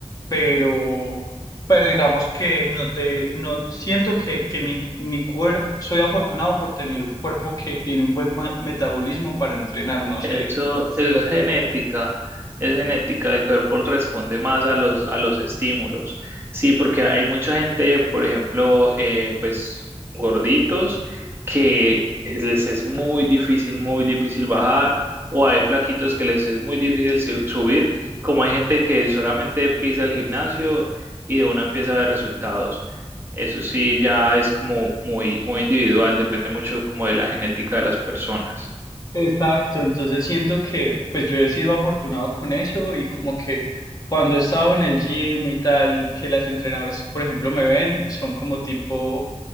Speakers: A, on the left (about 35°); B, on the right (about 20°).
A: pero, pero digamos que no te, no siento que, que mi, mi cuerpo, soy afortunado por tener un cuerpo que tiene un buen ma- metabolismo para entrenar, no
B: Eso,
A: sé si
B: eso
A: lo explico
B: es genética,
A: bien.
B: es genética, el cuerpo responde más a los, a los estímulos. Sí, porque hay mucha gente, por ejemplo, eh, pues gorditos, que es- les es muy difícil, muy difícil bajar, o hay flaquitos que les es muy difícil su- subir, como hay gente que solamente pisa el gimnasio y de una empieza a ver resultados. Eso sí, ya es como muy, muy individual, depende mucho como de la genética de las personas.
A: Exacto, entonces siento que pues yo he sido afortunado con eso y como que cuando he estado en el gym y tal, que las entrenadoras, por ejemplo, me ven, son como tipo